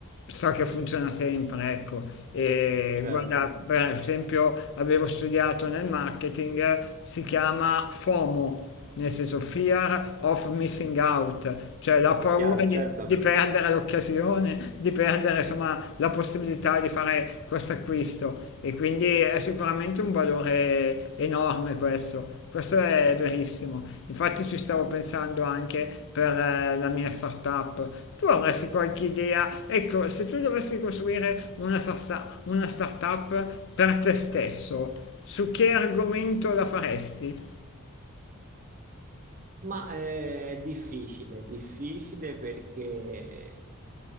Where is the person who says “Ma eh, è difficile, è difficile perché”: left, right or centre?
Right